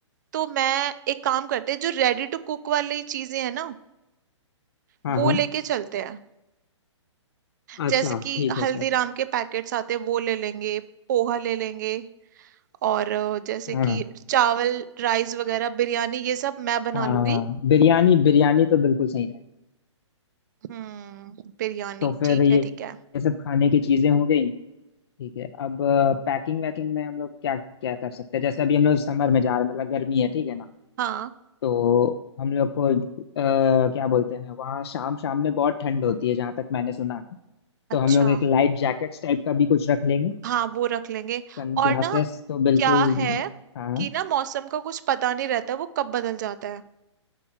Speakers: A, on the right; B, on the left.
A: तो मैं एक काम करते हैं जो रेडी टू कुक वाली चीजें हैं ना
B: हाँ
A: वो
B: हाँ
A: लेके चलते हैं
B: अच्छा
A: जैसे कि
B: ठीक है
A: हल्दीराम
B: फिर
A: के पैकेट्स आते हैं वो ले लेंगे पोहा ले लेंगे और अ, जैसे
B: हाँ
A: कि चावल राइस वगैरह बिरयानी ये सब मैं बना
B: हाँ
A: लूंगी
B: बिरयानी बिरयानी तो बिल्कुल सही रहे
A: हम्म बिरयानी
B: तो फिर
A: ठीक
B: ये
A: है ठीक है
B: ये सब खाने की चीजें हो गई ठीक है अब पैकिंग वैकिंग में हम लोग क्या क्या कर सकते हैं जैसे अभी हम लोग समर में जा रहे हैं मतलब गर्मी है ठीक है ना
A: हाँ
B: तो हम लोग को अ, क्या बोलते हैं वहाँ शाम शाम में बहुत ठंड होती है जहाँ तक मैंने सुना है
A: अच्छा
B: तो हम लोग एक लाइट जैकेट्स टाइप का भी कुछ रख लेंगे
A: हाँ वो रख लेंगे
B: सन
A: और
B: ग्लासेस
A: ना
B: तो बिल्कुल
A: क्या है
B: हाँ
A: कि ना मौसम का कुछ पता नहीं रहता वो कब बदल जाता है